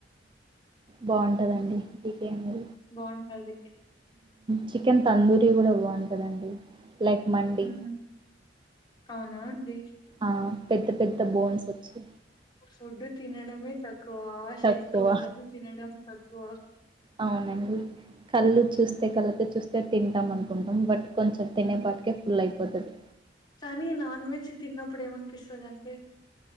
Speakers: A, on the right (about 25°); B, on the left (about 25°).
A: బాంటదండి మీకేమి
B: బ్వాంటది
A: చికెన్ తందూరి గూడా బ్వాంటదండి లైక్ మండి
B: ఉమ్ అవునా అండి
A: ఆ పెద్ద పెద్ద బోన్సొచ్చి
B: ఫుడ్డు తినడమే తక్కువ ఆశ
A: తక్కువ
B: ఎక్కువ కానీ తినడం తక్కువ
A: అవునండి కళ్ళు చూస్తే
B: ఉమ్
A: కళ్ళతో చూస్తే తింటాం అనుకుంటాం బట్ కొంచెం తినేపాటికే
B: ఉమ్
A: ఫుల్ అయిపోతది
B: కానీ నాన్ వెజ్ తిన్నప్పుడు ఏమనిపిస్తదంటే